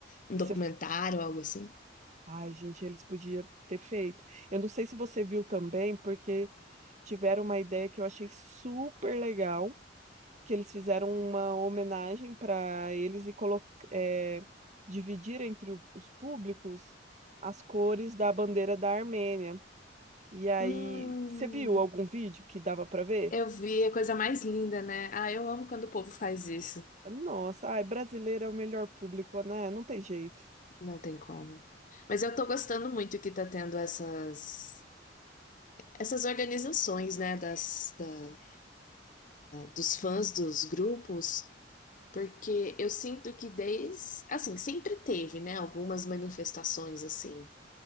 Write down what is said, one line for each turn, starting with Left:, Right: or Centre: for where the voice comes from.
Left: Um
Right: você...
Left: documentário, algo assim?
Right: Ai, gente, eles podiam ter feito. Eu não sei se você viu também, porque tiveram uma ideia que eu achei super legal que eles fizeram uma homenagem para eles e colo- é, dividir entre o- os públicos as cores da bandeira da Armênia. E aí,
Left: Hum,
Right: você viu algum vídeo que dava para ver?
Left: eu vi, é a coisa mais linda, né? Ah, eu amo quando o povo faz isso.
Right: Nossa, ai, brasileiro é o melhor público, né? Não tem jeito.
Left: Não tem como. Mas eu tô gostando muito que tá tendo essas. essas organizações, né, das, da- dos fãs dos grupos, porque eu sinto que desde, assim, sempre teve, né, algumas manifestações assim,